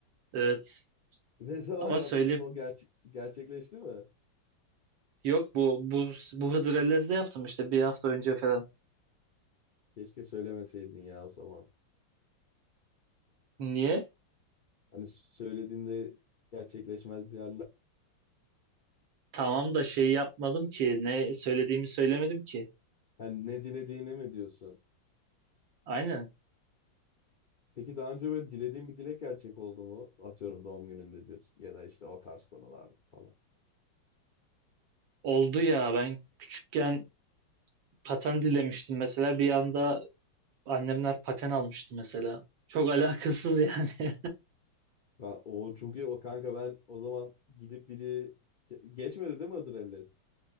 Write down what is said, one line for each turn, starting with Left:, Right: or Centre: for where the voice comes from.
Right: Evet.
Left: Ne zaman
Right: Ama
Left: yaptın
Right: söyle
Left: bunu o gerçek gerçekleşti mi?
Right: yok bu bu bu Hıdrellez'de yaptım işte bir hafta önce falan.
Left: Keşke söylemeseydin ya o zaman.
Right: Niye?
Left: Hani söylediğinde gerçekleşmez diyorlar.
Right: Tamam da şey yapmadım ki ne söylediğimi söylemedim ki.
Left: Hani ne dilediğini mi diyorsun?
Right: Aynen.
Left: Peki daha önce böyle dilediğin bir dilek gerçek oldu mu? Atıyorum doğum günündedir ya da işte o tarz konular falan.
Right: Oldu ya ben küçükken paten dilemiştim mesela bir anda annemler paten almıştı mesela. Çok alakasız yani.
Left: Ha, o çok iyi o kanka ben o zaman gidip biri Ge- geçmedi değil mi Adrelles?